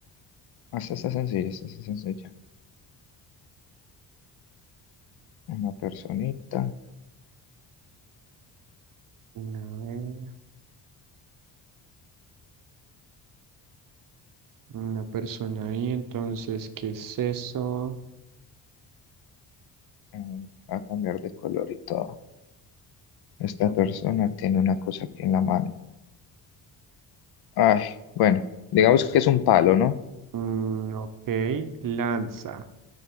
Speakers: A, on the left; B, on the right.
A: Esta está sencilla, esta está sencilla. Una personita
B: Una, vez, una persona ahí, entonces, ¿qué es eso?
A: em, va a cambiar de color y todo. Esta persona tiene una cosa aquí en la mano. Ay, bueno, digamos que es un palo, ¿no?
B: Mm, ok, lanza.